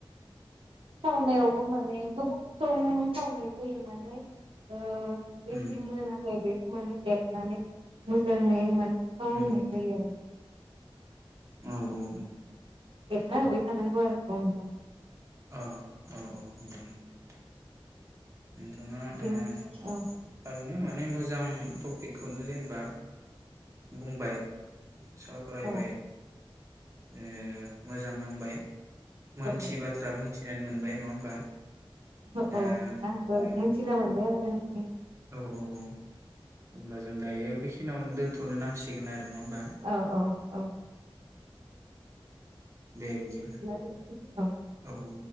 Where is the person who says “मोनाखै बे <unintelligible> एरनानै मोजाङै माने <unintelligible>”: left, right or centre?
Right